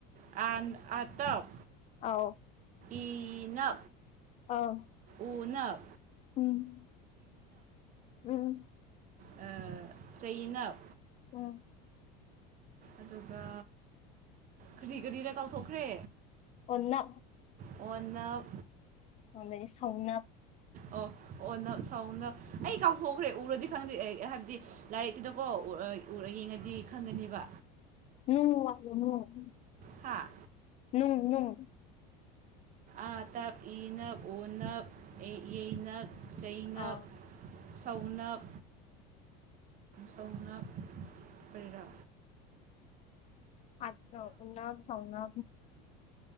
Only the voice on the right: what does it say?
ꯑ ꯑꯇꯞ
ꯏꯅ
ꯄꯅ
ꯑ ꯆꯩꯅ
ꯑꯗꯨꯒ ꯀꯔꯤ ꯀꯔꯤꯗ ꯀꯥꯎꯊꯣꯛꯈ꯭ꯔꯦ
ꯑꯣꯟꯅ
ꯑꯣ ꯑꯣ ꯅ ꯁꯧꯅ ꯑꯩ ꯀꯥꯎꯊꯣꯛꯈ꯭ꯔꯦ ꯎꯔꯗꯤ ꯈꯪꯗꯦ ꯑꯩ ꯍꯥꯏꯕꯗꯤ ꯂꯥꯏꯔꯤꯛꯇꯨꯗ ꯀꯣ ꯎꯔ ꯌꯦꯡꯉꯗꯤ ꯈꯪꯒꯅꯤꯕ
ꯍꯥꯥ
ꯑꯥ ꯇꯞ ꯏꯅꯞ ꯑꯣꯅꯞ ꯌꯩꯅꯞ ꯆꯩꯩꯅꯞ
ꯁꯧꯅꯞ ꯁꯧꯅ ꯄꯩꯔꯥ